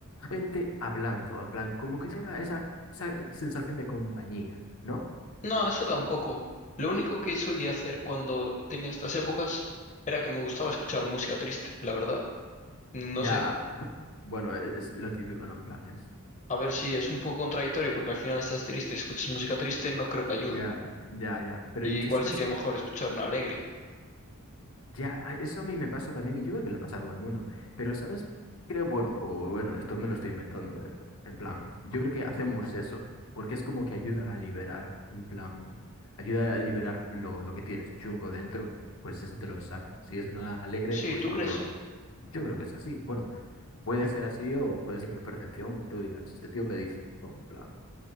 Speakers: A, on the left (about 70°); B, on the left (about 35°).
A: gente hablando, en plan, como que te esa, esa sensación de compañía, ¿no?
B: No, eso tampoco. Lo único que solía hacer cuando tenía estas épocas era que me gustaba escuchar música triste, la verdad. No
A: Ya,
B: sé,
A: bueno, es lo típico, ¿no? En plan, es,
B: a ver si es un poco contradictorio porque al final estás triste, escuchas música triste, no creo que ayude.
A: ya, ya, ya. Pero
B: ¿Y
A: yo,
B: cuál
A: ¿sabes?
B: sería mejor escuchar una alegre?
A: Ya, a- eso a mí me pasa también y yo creo que le pasa a todo el mundo. Pero, ¿sabes? Creo, bueno, o bueno, esto me lo estoy inventando. eh, En plan, yo creo que hacemos eso porque es como que ayuda a liberar, en plan, ayuda a liberar lo, lo que tienes chungo dentro, pues eso te lo saca. Si es una alegre,
B: Sí,
A: pues
B: ¿tú
A: no
B: crees?
A: te lo... Yo creo que es así. Bueno, puede ser así o puede ser mi percepción y tú digas, este tío que dice, ¿no? En plan,